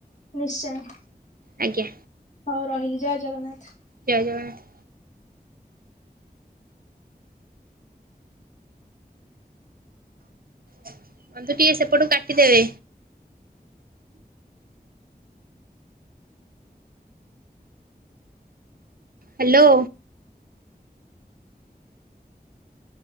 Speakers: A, on the left; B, on the right.
A: ନିଶ୍ଚୟ
B: ଆଜ୍ଞା
A: ହଉ ରହିଲି ଜୟ ଜଗନ୍ନାଥ୍।
B: ଜୟ ଜଗନ୍ନାଥ୍। ବନ୍ଧୁ ଟିକେ ସେପଟୁ କାଟିଦେବେ। ହାଲୋ।